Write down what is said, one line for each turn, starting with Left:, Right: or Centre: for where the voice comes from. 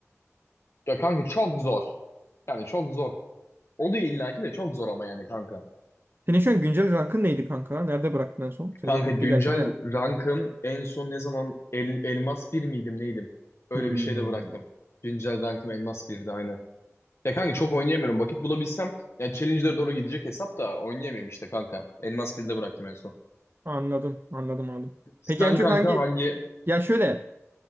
Left: Ya kanka çok zor. Yani çok zor. Oluyor illaki de çok zor ama yani kanka.
Right: Senin şu an güncel rankın neydi kanka? Nerede bıraktın en son? Sezon
Left: Kanka
Right: bitti
Left: güncel
Right: gerçi de.
Left: rankım en son ne zaman el, elmas bir miydim neydim? Öyle
Right: Hmm.
Left: bir şeyde bıraktım. Güncel rankım elmas birdi aynen. Ya kanka çok oynayamıyorum. Vakit bulabilsem yani challenge'lere doğru gidecek hesap da oynayamıyorum işte kanka. Elmas birde bıraktım en son.
Right: Anladım, anladım, anladım.
Left: Sen
Right: Peki en çok
Left: kanka
Right: hangi...
Left: hangi
Right: Ya şöyle,